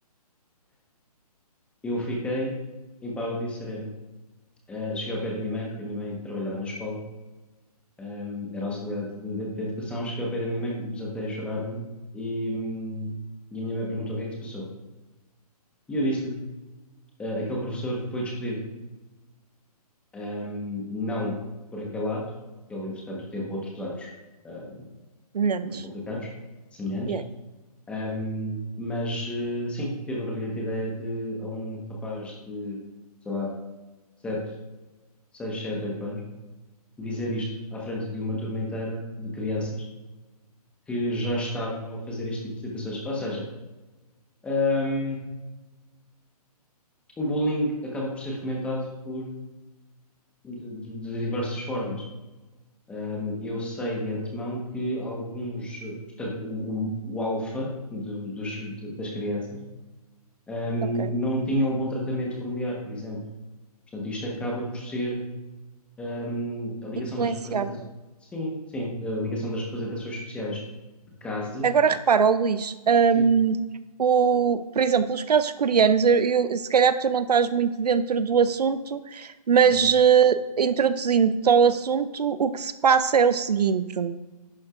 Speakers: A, in the centre; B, on the right (about 80°).
A: Eu fiquei impávido e sereno. Eh, cheguei ao pé da minha mãe, porque a minha mãe trabalhava na escola, ehm, era auxiliar de, de, de educação. Cheguei ao pé da minha mãe, desatei a chorar-me e, hum, e a minha mãe perguntou o que é que se passou. E eu disse-lhe: "Ah, aquele professor foi despedido. Ehm, não por aquele ato, porque ele, entretanto, teve outros atos, ahm,
B: semelhantes.
A: também complicados, semelhantes.
B: Yeah,
A: Ahm, mas, eh, sim, teve a brilhante ideia de, a um rapaz de, sei lá, sete seis sete oito anos, dizer isto à frente de uma turma inteira de crianças que já estavam a fazer este tipo de situações. Ou seja, um, o bullying acaba por ser fomentado por, de, de diversas formas. Um, eu sei de antemão que alguns, portanto, o, o, o alfa do- dos- de- das crianças um,
B: ok.
A: não tinham um bom tratamento familiar, por exemplo. Portanto, isto acaba por ser um, a ligação
B: Influenciável.
A: das representações. Sim, sim, a ligação das representações sociais de casa.
B: Agora repara, ó Luís,
A: Sim,
B: hum, o, por exemplo, os casos coreanos, eu, eu- se calhar tu não estás muito dentro do assunto, mas
A: uhum,
B: eh, introduzindo-te ao assunto, o que se passa é o seguinte.